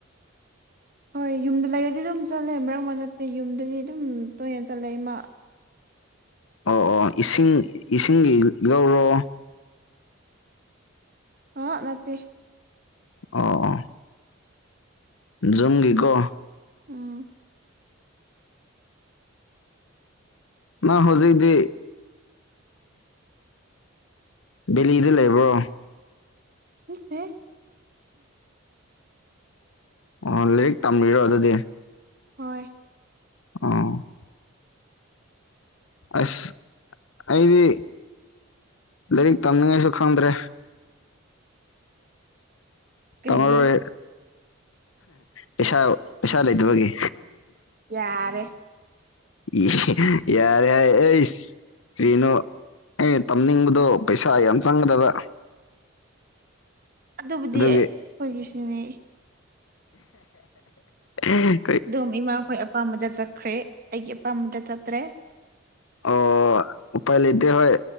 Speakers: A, on the right; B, on the left.
A: ꯍꯣꯏ ꯌꯨꯝꯗ ꯂꯩꯔꯗꯤ ꯑꯗꯨꯝ ꯆꯠꯂꯦ ꯃꯔꯛ ꯃꯔ ꯅꯠꯇꯦ ꯌꯨꯝꯗꯗꯤ ꯑꯗꯨꯝ ꯇꯣꯏꯅ ꯆꯠꯂꯦ ꯏꯃꯥ
B: ꯑꯣ ꯑꯣ ꯏꯁꯤꯡ ꯏꯁꯤꯡꯒꯤ ꯂꯧꯔꯣ
A: ꯑ ꯅꯠꯇꯦ
B: ꯑꯣ ꯖꯨꯝꯒꯤ ꯀꯣ
A: ꯎꯝ
B: ꯅ ꯍꯧꯖꯤꯛꯗꯤ ꯗꯤꯂꯤꯗ ꯂꯩꯕ꯭ꯔꯣ
A: ꯅꯠꯇꯦꯍꯦ
B: ꯑꯣ ꯂꯥꯏꯔꯤꯛ ꯇꯝꯕꯤꯔꯣ ꯑꯗꯨꯗꯤ
A: ꯍꯣꯏ
B: ꯑ ꯑꯁ ꯑꯩꯗꯤ ꯂꯥꯏꯔꯤꯛ ꯇꯝꯅꯉꯥꯏꯁꯨ ꯈꯪꯗ꯭ꯔꯦ
A: ꯀꯔꯤꯒꯤ
B: ꯇꯝꯃꯔꯣꯏ ꯄꯩꯁꯥ ꯄꯩꯁꯥ ꯂꯩꯇꯕꯒꯤ
A: ꯌꯥꯔꯦ
B: ꯏ ꯌꯥꯔꯁ ꯄꯅꯣ ꯑꯦ ꯇꯝꯅꯤꯡꯕꯗꯣ ꯄꯩꯁꯥ ꯌꯥꯝ ꯆꯪꯒꯗꯕ
A: ꯑꯗꯨꯕꯨꯗꯤ
B: ꯑꯗꯨꯒꯤ
A: ꯑꯩꯈꯣꯏꯒꯤꯁꯤꯅꯤ
B: ꯎꯝ
A: ꯑꯗꯨꯝ ꯏꯃꯥꯈꯣꯏ ꯑꯄꯥꯝꯕꯗ ꯆꯠꯈ꯭ꯔꯦ ꯑꯩꯒꯤ ꯑꯄꯥꯝꯕꯗ ꯆꯠꯇ꯭ꯔꯦ
B: ꯑꯣ ꯎꯄꯥꯏ ꯂꯩꯇ ꯍꯣꯏ